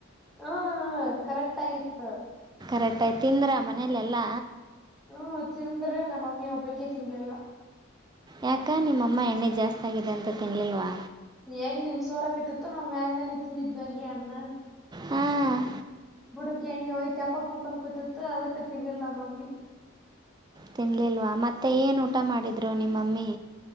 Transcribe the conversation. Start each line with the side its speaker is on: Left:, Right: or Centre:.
Centre: ಹಾ ಕರೆಕ್ಟ್ ಆಗಿತ್ತು
Right: ಕಟಾಯ ತಿಂದ್ರ ಮನೇಲೆೆಲ್ಲಾ
Centre: ಹ್ಮ ತಿಂದ್ರೆ ನಮ್ಮಮ್ಮಿ ಒಬ್ಬಕೆ ತಿನ್ಲಿಲ್ಲ
Right: ಯಾಕ ನಿಮ್ಮಮ್ಮ ಎಣ್ಣೆ ಜಾಸ್ತಿ ಆಗಿದೆ ಅಂತ ತಿನ್ಲಿಲ್ವಾ
Centre: ಎಣ್ಣ ಸೋರಕೈತಿತ್ತು ನಾವ್ ಮ್ಯಲ್ ಮೇಲೆ ತಿಂದಿದ್ವಿ ಹಂಗೆ ಅನ್ನ
Right: ಹಾಂ
Centre: ಬುಡಕಿ ಎಣ್ಣೆ ವಯಿತೆಪ್ಪಕ್ಕೂಟಂ ಕುೂತಿತ್ತು ಅದಕ್ಕೆ ತಿನ್ನಿಲ್ಲ ಮಮ್ಮಿ
Right: ತಿನ್ಲಿಲ್ವಾ ಮತ್ತೆ ಏನ್ ಊಟ ಮಾಡಿದ್ರು ನಿಮ್ಮಮ್ಮಿ